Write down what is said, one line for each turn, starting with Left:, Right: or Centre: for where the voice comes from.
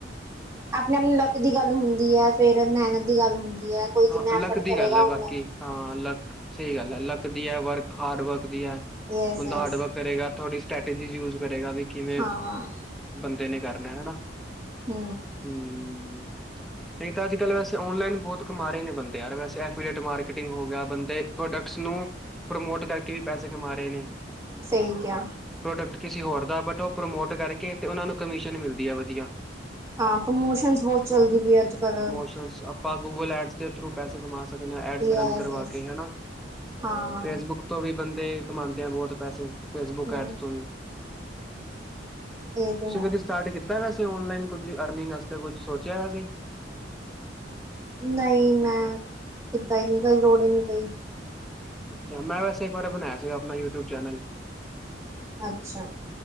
Right: ਆਪਣੇ ਲੱਕ ਦੀ ਗੱਲ ਹੁੰਦੀ ਐ ਫੇਰ ਮੈਹਨਤ ਦੀ ਗੱਲ ਹੁੰਦੀ ਹੈ ਕੋਈ ਜਿੰਨਾ
Centre: ਹਾਂ ਲੱਕ
Right: ਐਫਰਟ ਕਰੇਗਾ
Centre: ਦੀ ਗੱਲ ਹੈ
Right: ਔਨਾ
Centre: ਬਾਕੀ ਹਾਂ ਲੱਕ ਸਈ ਗੱਲ ਐ ਲੱਕ ਦੀ ਐ ਵਰਕ ਹਾਰਡ ਵਰਕ ਦੀ ਐ
Right: ਯਸ
Centre: ਬੰਦਾ
Right: ਯਸ
Centre: ਹਾਰਡ ਵਰਕ ਕਰੇਗਾ ਥੋੜੀ ਸਟ੍ਰੈਟਜੀ ਯੂਜ ਕਰੇਗਾ ਵੀ ਕਿਵੇਂ
Right: ਹਾਂ
Centre: ਬੰਦੇ ਨੇ ਕਰਨਾ ਹਨਾ।
Right: ਹ
Centre: ਹੂ, ਤਾਂ ਅੱਜ ਕੱਲ ਵੈਸੇ ਔਨਲਾਈਨ ਬਹੁਤ ਕਮਾ ਰੇ ਨੇ ਬੰਦੇ ਯਾਰ ਵੈਸੇ ਐਫੀਲੀਏਟ ਮਾਰਕੀਟਿੰਗ ਹੋ ਗਿਆ ਬੰਦੇ ਪ੍ਰੋਡਕਟਸ ਨੂੰ ਪ੍ਰਮੋਟ ਕਰਕੇ ਵੀ ਪੈਸੇ ਕਮਾ ਰਹੇ ਨੇ।
Right: ਸਈ ਕਿਆ।
Centre: ਪ੍ਰੋਡਕਟ ਕਿਸੇ ਹੋਰ ਦਾ, ਬਟ ਉਹ ਪ੍ਰਮੋਟ ਕਰਕੇ ਤੇ ਉਹਨਾਂ ਨੂੰ ਕਮਿਸ਼ਨ ਮਿਲਦੀ ਐ ਵਧੀਆ।
Right: ਹਾਂ। ਪ੍ਰਮੋਸ਼ਨਸ ਬਹੁਤ ਚੱਲਦੀ ਪਈ ਅੱਜ ਕੱਲ੍ਹ।
Centre: ਅੱਛਾ, ਆਪਾਂ ਗੂਗਲ ਐਡਸ ਦੇ ਥਰੂ ਪੈਸੇ ਕਮਾ ਸਕਦੇ ਹਾਂ ਐਡਸ
Right: ਯਸ
Centre: ਰਨ ਕਰਵਾ
Right: ਯਸ
Centre: ਕੇ ਹੈਨਾ।
Right: ਹਾਂ
Centre: ਫੇਸਬੁੱਕ ਤੋਂ ਵੀ ਬੰਦੇ ਕਮਾਉਂਦੇ ਆ ਬਹੁਤ ਪੈਸੇ ਫੇਸਬੁੱਕ
Right: ਹੂੰ
Centre: ਐਡਸ ਤੋਂ ਵੀ।
Right: ਇਹ ਤੇ
Centre: ਤੁਸੀਂ
Right: ਹੈ
Centre: ਕਦੇ ਸਟਾਰਟ ਕੀਤਾ ਵੈਸੇ ਓਨਲਾਈਨ ਕੁੱਝ ਅਰਨਿੰਗ ਵਾਸਤੇ ਕੁੱਝ ਸੋਚਿਆ ਵੈਸੇ।
Right: ਨਈ, ਮੈਂ ਕੀਤਾ ਈ ਨਈ ਕਦੀ ਲੋੜ ਈ ਨੀ ਪਈ।
Centre: ਅੱਛਾ, ਮੈਂ ਵੈਸੇ ਇੱਕ ਬਾਰ ਬਣਾਇਆ ਸੀਗਾ ਆਪਣਾ ਯੂਟਿਊਬ ਚੈਨਲ।
Right: ਅੱਛਾ।